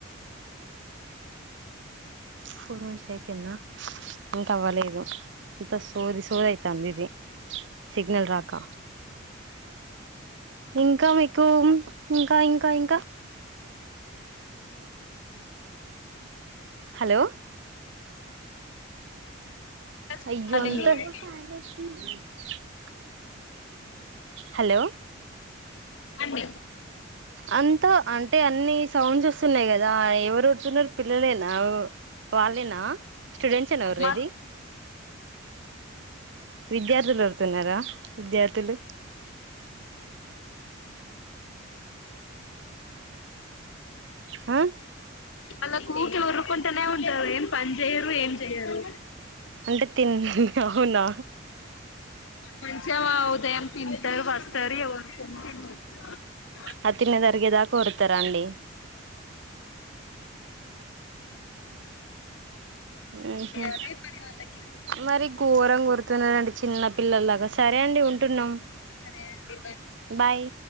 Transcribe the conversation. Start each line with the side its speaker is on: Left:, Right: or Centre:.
Right: ఫోర్ మంత్స్ అయిపోయింద ఇంకా అవ్వలేదు ఇంత సోది సోది అయితాంది ఇది సిగ్నల్ రాక ఇంకా మీకు ఇంకా ఇంకా ఇంకా హలో
Left: ఇంకా చెప్పాలి
Right: అయ్యో అంత
Left: మీరే
Right: <unintelligible> హలో
Left: అండి
Right: అంతా అంటే అన్ని సౌండ్స్ వస్తున్నాయి గదా ఎవరుడుతున్నారు పిల్లలేనా వాళ్ళేనా స్టూడెంట్స్ ఏనా ఒర్రెది
Left: మాకు
Right: విద్యార్థులు ఓరుతున్నారా విద్యార్థులు ఆ
Left: వాలు ఊరక ఉరుకుంటనే ఉంటవు ఏం పనిజే పంచెయారు ఏం చేయరు
Right: అంట తిని అవునా
Left: మంచి వా ఉదయం తింటారు వస్తారు ఎవరు <unintelligible>
Right: ఆ తిన్నది అరిగే దాకా ఓరుతర అండి ఉహుమ్
Left: అదే పని వాళ్ళకి
Right: మరి ఘోరం గుర్తున్నానండి చిన్నపిల్లల్లాగా సరే అండి ఉంటున్నాం
Left: సరే అండి
Right: బాయ్